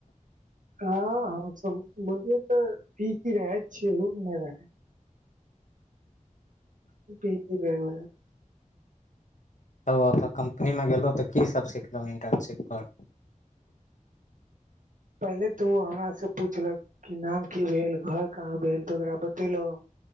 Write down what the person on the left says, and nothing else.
तब ओतय कम्पनीमे गेलहुँ तऽ कि सभ सिखलहुँ इटर्नशिपर